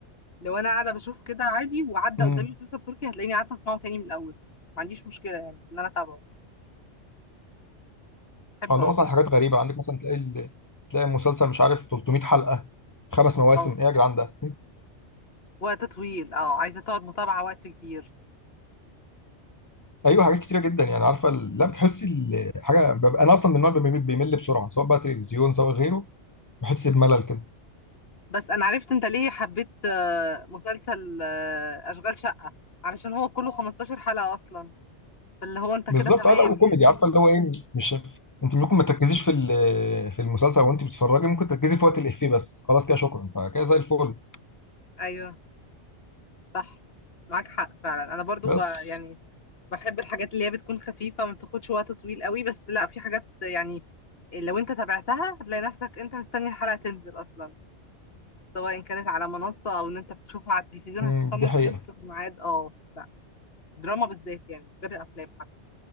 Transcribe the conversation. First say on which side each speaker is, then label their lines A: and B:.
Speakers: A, on the left (about 55°); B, on the left (about 35°).
A: لو انا قاعدة بشوف كده عادي وعدى
B: امم
A: قدامي مسلسل تركي هتلاقيني قاعدة اسمعه تاني من الاول ما عنديش مشكلة يعني ان انا اتابعه بحبه
B: عندهم
A: قوي
B: اصلا حاجات غريبه عندك مثلا تلاقي ال... تلاقي المسلسل مش عارف 300 حلقه خمس مواسم
A: اه
B: ايه يا جدعان ده
A: وقت طويل اه عايزة تقعد متابعة وقت كبير
B: ايوه حاجات كتيره جدا يعني عارفه ال- لا بتحسي ال- حاجه ببقى انا اصلا من النوع اللي بيمل بيمل بسرعه سواء بقى تلفزيون سواء غيره بحس بملل كده
A: بس انا عرفت انت ليه حبيت آه، مسلسل آه، اشغال شقة علشان هو كله 15 حلقة اصلا فاللي هو انت كده
B: بالظبط
A: تمام
B: اه لا وكوميدي
A: يعني
B: عارفه اللي هو ايه مش انت ممكن ما تركزيش في ال- في المسلسل وانت بتتفرجي ممكن تركزي في وقت الافيه بس خلاص كده شكرا فكده زي الفل
A: ايوه صح معاك حق فعلا انا برضو
B: بس
A: ب... يعني بحب الحاجات اللي هي بتكون خفيفة ما بتاخدش وقت طويل قوي بس لا في حاجات يعني لو انت تابعتها هتلاقي نفسك انت مستني الحلقة تنزل اصلا سواء كانت على منصة او ان انت بتشوفها على التلفزيون
B: مم،
A: هتستنى
B: دي حقيقه
A: في نفس الميعاد اه لا دراما بالذات يعني غير الافلام حتى